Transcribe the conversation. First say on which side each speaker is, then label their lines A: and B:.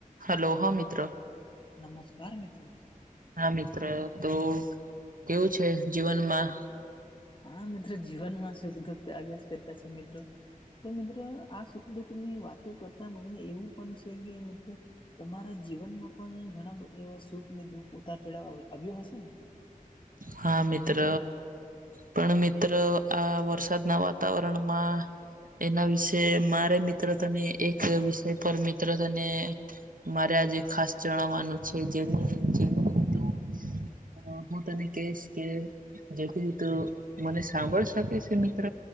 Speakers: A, on the right (about 70°); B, on the left (about 35°).
A: Hello, હા મિત્ર
B: નમસ્કાર મિત્રો
A: હા મિત્ર તો.. કેવું છે જીવનમાં?.
B: હા, મિત્રો જીવનમાં સુખ દુઃખ તો આવ્યા જ કરતા છે મિત્રો. તો મિત્રો આ સુખ દુઃખ ની વાતો કરતા મને એવું પણ છે કે મિત્રો.. તમારા જીવનમાં પણ ઘણાધા એવા સુખ ને દુઃખ ઉતાર ચઢાવ આવ્યો હશે ને. !
A: હા મિત્ર. પણ મિત્ર આ વરસાદના વાતાવરણમાં.. એના વિશે મારે મિત્ર તને ની એક વિષય પર મિત્ર તને. મારે આજે ખાસ જણાવવાનું છે જેનું.. તું અ હું તને કહીશ કે. જેથી તો. મને સાંભળ શકે છે મિત્ર.